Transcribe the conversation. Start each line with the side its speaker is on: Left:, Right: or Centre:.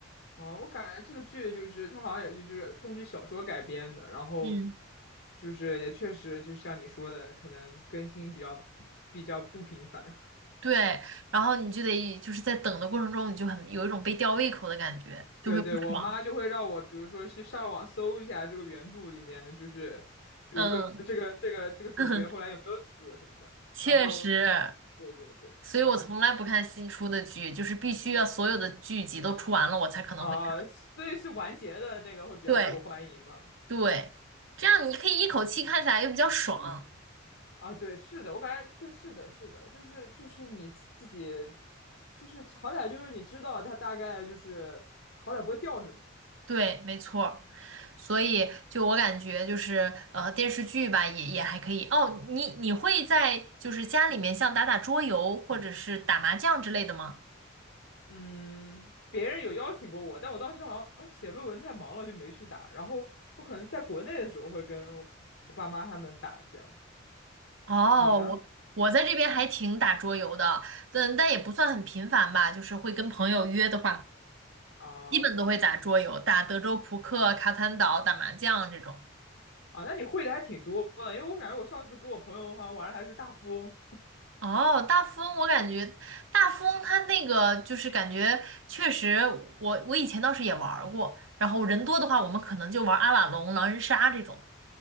Left: 啊？我感觉这个剧就是它好像也是就是根据小说改编的，然后
Right: 嗯，
Left: 就是也确实就是像你说的，可能更新比较比较不频繁。
Right: 对。然后你就得就是在等的过程中，你就很有一种被吊胃口的感觉，
Left: <laughs>
Right: 就会不爽。
Left: 对对，我妈就会让我比如说去上网搜一下这个原著里面，就是比如说这个这个这个主角后来有没有死什么的，
Right: 嗯，<laughs> 确实。
Left: 然后对对对，
Right: 所以我从来不看新出的剧，
Left: 然后就。
Right: 就是必须要所有的剧集都出完了，我才可能会看。
Left: 啊，所以是完结的那个会比较受欢迎嘛？
Right: 对对，这样你可以一口气看下来，又比较爽。
Left: 啊，对，是的，我感觉对，是的，是的，就是就是你自己，就是好歹就是你知道他大概就是好歹不会吊着你。
Right: 对，没错儿所以就我感觉就是呃电视剧吧，也也还可以。哦，你你会在就是家里面像打打桌游或者是打麻将之类的吗？
Left: 嗯，别人有邀请过我，但我当时好像写论文太忙了，就没去打。然后我可能在国内的时候会跟我爸妈他们打，这样。
Right: 哦，
Left: 你呢？
Right: 我我在这边还挺打桌游的，但但也不算很频繁吧，就是会跟朋友约的话。
Left: 啊
Right: 基本都会打桌游，打德州扑克、卡坦岛、打麻将这种。
Left: 啊，那你会的还挺多的，因为我感觉我上次跟我朋友好像玩的还是大富翁。
Right: 哦，大富翁，我感觉大富翁它那个就是感觉确实我，我以前倒是也玩儿过。然后人多的话，我们可能就玩阿瓦隆、狼人杀这种。